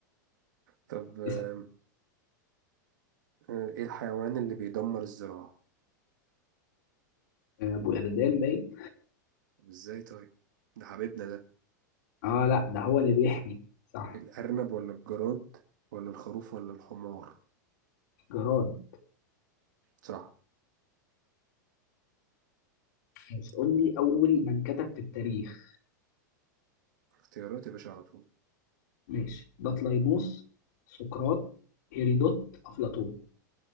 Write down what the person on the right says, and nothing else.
طب آم،
آه، ايه الحيوان اللي بيدمر الزراعة
طب ازاي طيب ده حبيبنا ده
الأرنب ولا الجراد ولا الخروف ولا الحمار
صح
اختيارات يا باشا على طول